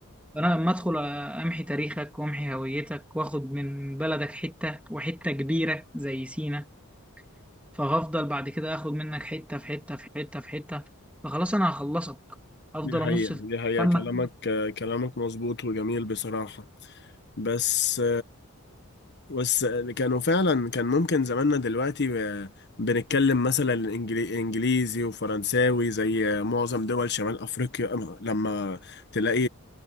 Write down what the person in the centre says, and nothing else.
فانا لما ادخل امحي تاريخك وامحي هويتك واخد من بلدك حته وحته كبيره زي سينا فهفضل بعد كده اخد منك حته في حته في حته في حته فخلاص انا هخلصك افضل
امص
في
فمك